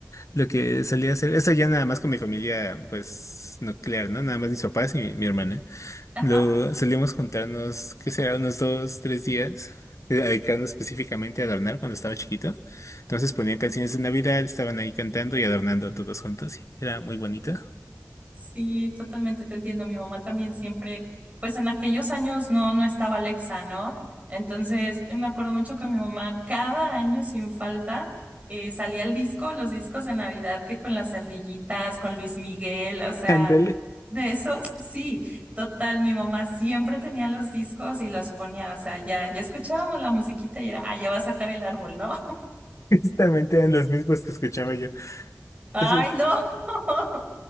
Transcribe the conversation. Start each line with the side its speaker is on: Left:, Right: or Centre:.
Left: lo que solía hacer, eso ya nada más con mi familia, pues, nuclear, ¿no? Nada más mis papás y mi, mi hermana.
Right: Ajá.
Left: Lo solíamos juntarnos, que será? Unos dos, tres días, eh, dedicando específicamente a adornar cuando estaba chiquito. Entonces ponían canciones de Navidad, estaban ahí cantando y adornando todos juntos. y era muy bonito.
Right: Sí, totalmente te entiendo. Mi mamá también siempre, pues en aquellos años no, no estaba Alexa, ¿no? Entonces, eh, me acuerdo mucho que mi mamá cada año sin falta eh, salía el disco, los discos de Navidad que con las ardillitas, con Luis Miguel, o sea,
Left: Ándale,
Right: de esos, sí, total, mi mamá siempre tenía los discos y los ponía, o sea, ya, ya escuchábamos la musiquita y era, ah, ya va a sacar el árbol, ¿no?
Left: <laughs> justamente eran los mismos que escuchaba yo.
Right: <laughs> Ay,
Left: Esos,
Right: no. <laughs>